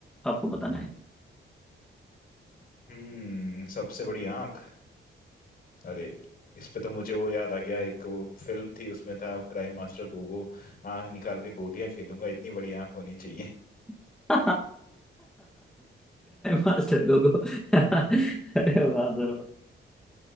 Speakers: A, in the centre; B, on the left.
A: आपको बताना है
B: हम्म सबसे बड़ी आंख अरे इस पे तो मुझे वो याद आ गया एक वो फिल्म थी उसमें था क्राइम मास्टर गोगो आंख निकाल के गोटियां खेलूंगा इतनी बड़ी आंख होनी चाहिए
A: <laughs> मास्टर गोगो <laughs> अरे वाह सर वाह।